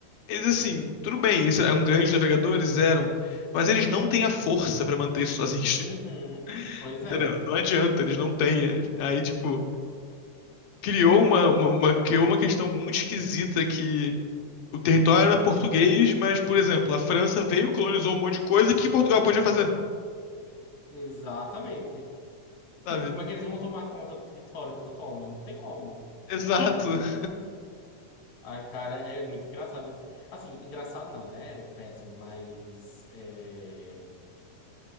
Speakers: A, on the left (about 70°); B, on the left (about 45°).
A: eles assim, tudo bem, eles eram grandes navegadores, eram, mas eles não têm a força pra manter isso sozinhos, <laughs>
B: Uhum. Pois
A: entendeu?
B: é,
A: Não adianta, eles não têm. é- Aí, tipo, criou uma, uma, uma- criou uma questão muito esquisita que o território era português, mas, por exemplo, a França veio, colonizou um monte de coisa que Portugal podia fazer,
B: exatamente.
A: sabe?
B: Tipo, como é que eles vão tomar conta do território dessa forma? Não tem como.
A: Exato. <laughs>
B: Ai, cara, é muito engraçado. esse- Assim, engraçado não, né? É péssimo, mas é,